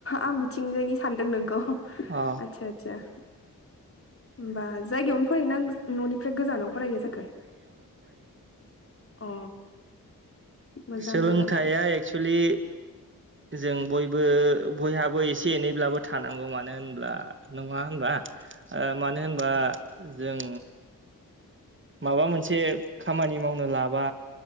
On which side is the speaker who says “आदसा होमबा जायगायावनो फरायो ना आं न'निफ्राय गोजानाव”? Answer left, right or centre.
Left